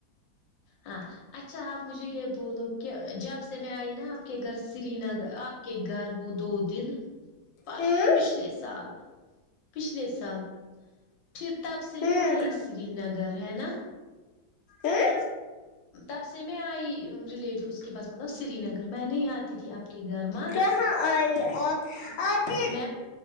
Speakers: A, on the left; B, on the left.
A: ہاں اچھا آپ مجھے یہ بولو کہ جب سے میں آئی نا آپ کے گھر سری نگر آپ کہ گھر وہ دو دن پرسو
B: ہوں
A: پچھلے سال پچھلے سال پھر تب سے
B: ہوں
A: میں آئی سری نگر ہے نا
B: ایے
A: تب سے میں آئی ریلیٹوز کے پاس مطلب سری نگر میں نہیں آتی تھی آپ کے گھر مت
B: کہاں آئی آپ آ پھر
A: میں